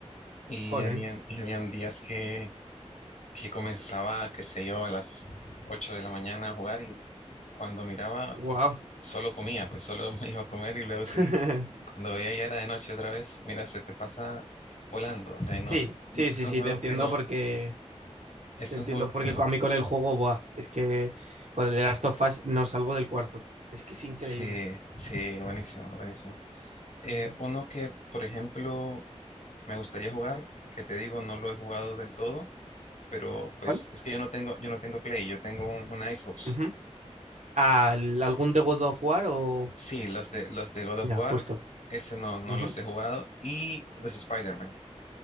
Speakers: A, on the left; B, on the right.
A: y
B: Colin.
A: habían, y habían días que, que comenzaba, qué sé yo, a las 8 de la mañana a jugar y cuando miraba,
B: Wow.
A: solo comía, pues solo <laughs> me iba a comer y luego
B: <laughs>
A: seguía. Cuando veía ya era de noche otra vez, mira, se te pasa volando, o sea, no,
B: Sí,
A: no,
B: sí,
A: es
B: sí,
A: un
B: sí,
A: juego
B: te entiendo
A: que no,
B: porque...
A: es
B: Te
A: un
B: entiendo,
A: juego
B: porque
A: que no,
B: a mí con el juego, buah, es que con el de Last of Us no salgo del cuarto. Es que es increíble.
A: sí, sí, buenísimo, buenísimo. Eh,
B: Ujú.
A: uno que, por ejemplo, me gustaría jugar, que te digo, no lo he jugado del todo, pero
B: ¿Cuál?
A: pues es que yo no tengo, yo no tengo Play, yo tengo un- una Xbox.
B: Ujú. ¿Al- ¿Algún de God of War o...?
A: Sí, los de, los de God of
B: Ya,
A: War,
B: justo.
A: ese no, no
B: Ujú.
A: los he jugado, y los Spider-Man.